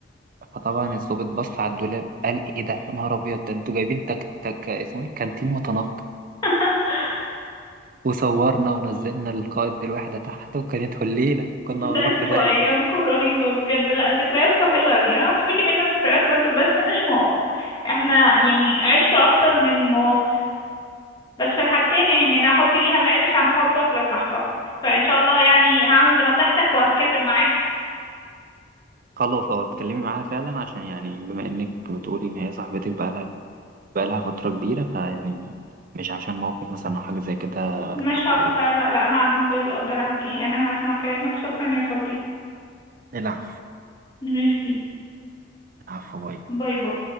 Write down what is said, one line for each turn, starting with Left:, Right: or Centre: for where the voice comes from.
Right: فطبعا الظابط بص على الدولاب قال ايه ده يا نهار ابيض ده انتوا جايبين تك تك اسمه ايه كانتين متنقي
Left: <laughs>
Right: وصورنا ونزلنا القائد الوحده تحت وكانت الليله
Left: <laughs>
Right: كنا
Left: لا
Right: هنروح
Left: انتوا
Right: في داهيه
Left: ايامكم رهيبه بجد لا ذكرياتكم حلوه قوي انا وصاحبتي بينا ذكريات برضو بس مش مواقف احنا يعني عشره اكتر من مواقف بس في الحالتين يعني انا حبي ليها ما قلش عن حبك لصاحبك فان شاء الله يعني هعمل بنصيحتك وهتكلم معاه
Right: خلاص اه اتكلمي معاها فعلا عشان يعني بما انك بتقولي ان هي صاحبتك بقى بقالها فترة كبيرة فيعني مش عشان موقف مثلا أو حاجة زي كده
Left: مش
Right: تخسريها
Left: هخسرها لا هعمل كل اللي اقدر عليه انا هسمع كلامك شكرا يا صبري
Right: نلعب
Left: ميرسي
Right: نلعب في بايظ
Left: باي باي